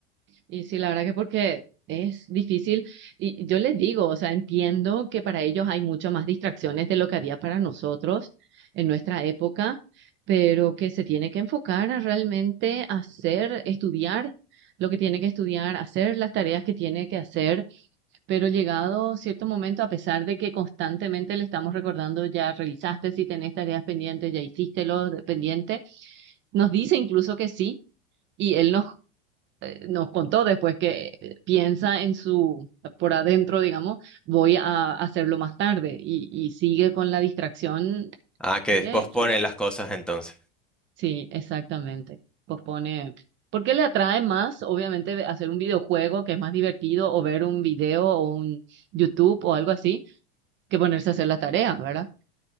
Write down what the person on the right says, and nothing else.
Y sí, la verdad que porque es difícil, y yo les digo, o sea, entiendo que para ellos hay muchas más distracciones de lo que había para nosotros en nuestra época, pero que se tiene que enfocar a realmente hacer, estudiar lo que tiene que estudiar, hacer las tareas que tiene que hacer, pero llegado cierto momento, a pesar de que constantemente le estamos recordando, ya realizaste si tenés tareas pendientes, ya hiciste lo de- pendiente, nos dice incluso que sí. Y él nos nos contó después que piensa en su, por adentro, digamos, voy a hacerlo más tarde y, y sigue con la distracción.
de
la-
Sí, exactamente. Pospone. ¿Por qué le atrae más, obviamente, ve- hacer un videojuego que es más divertido o ver un video o un YouTube o algo así que ponerse a hacer la tarea, ¿verdad?